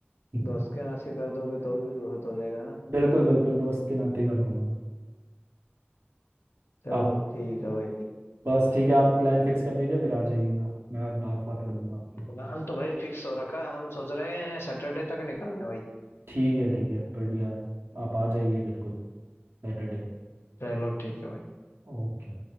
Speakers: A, on the right; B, on the left.
A: <laughs>
B: दोस्त के नाते कर दोगे तो भी बहुत हो जाएगा ना
A: बिल्कुल बिल्कुल दोस्त के नाते कर दूंगा मैं
B: चलो
A: आप
B: ठीक है भाई
A: बस ठीक है आप प्लान फिक्स कर दीजिए फिर आ जाइएगा मैं बात बात कर दूंगा आपकी जी,
B: प्लान तो भाई फिक्स हो रखा है हम सोच रहे हैं सैटरडे तक निकलने भाई
A: ठीक है ठीक है बढ़िया है आप आ जाइए बिल्कुल सैटरडे
B: चलो ठीक है भाई
A: ओके